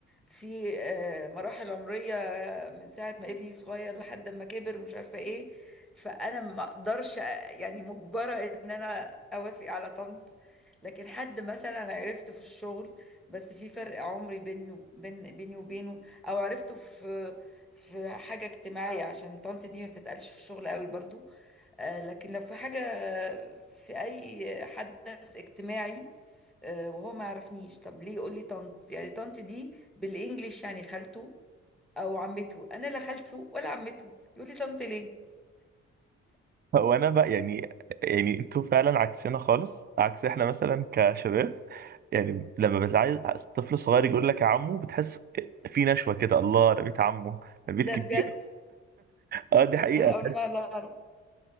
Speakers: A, in the centre; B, on the right (about 35°).
A: في آه، مراحل عمرية آه، من ساعة ما ابني صغير لحد ما كبر ومش عارفة ايه فانا ما اقدرش آه، يعني مجبرة ان انا اوافق على طنط لكن حد مثلا أنا عرفته في الشغل بس في فرق عمري بينه بين بيني وبينه او عرفته في في حاجة اجتماعية عشان طنط دي ما بتتقالش في الشغل قوي برضو آه، لكن لو في حاجة في أي حدث اجتماعي آه، وهو ما يعرفنيش طب ليه يقول لي طنط يعني طنط دي بالإنجليش يعني خالته أو عمته أنا لا خالته ولا عمته يقول لي طنط ليه
B: هو انا بقى يعني يعني انتوا فعلا عكسنا خالص عكس احنا مثلا كشباب يعني لما بتعايز طفل صغير يقول لك يا عمو بتحس في نشوة كده الله انا بيت عمه انا بيت
A: لا
B: كبير
A: بجد
B: اه دي حقيقة
A: أنا أول مرة لا أعرف